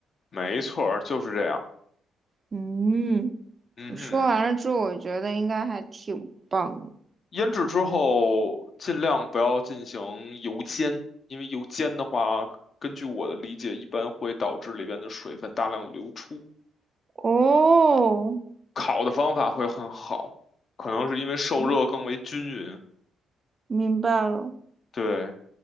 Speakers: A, on the left; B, on the right.
A: 没错儿，就是这样。
B: 嗯，
A: 嗯哼，
B: 你说完了之后，我觉得应该还挺棒的。
A: 腌制之后尽量不要进行油煎，因为油煎的话，根据我的理解，一般会导致里边的水分大量流出。
B: 哦，
A: 烤的方法会很好，可能是因为受热更为均匀。
B: 嗯明白了。
A: 对，